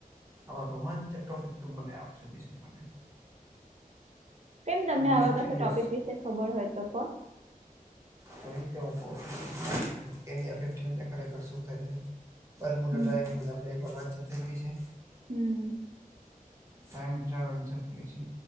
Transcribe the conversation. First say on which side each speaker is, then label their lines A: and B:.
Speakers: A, on the right (about 20°); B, on the right (about 50°).
A: આ રોમાચક ટોપિક તું મને આપ સજેશન માટે.
B: કેમ તમને આવા
A: મિસ્ટીરિયસ
B: કશા ટોપિક વિશે ખબર હોય તો કો.
A: તે રીતે હું કહું એરિયા ફિફ્ટી વન છે ખરેખર શું થાય છે. બરમુલા
B: હમ
A: ટ્રાયેન્ગલ ની તો આપણે એકવાર વાતચીત થઈ ગઈ છે.
B: હમ્મ.
A: ટાઈણ ટ્રાવેલ છ કેજે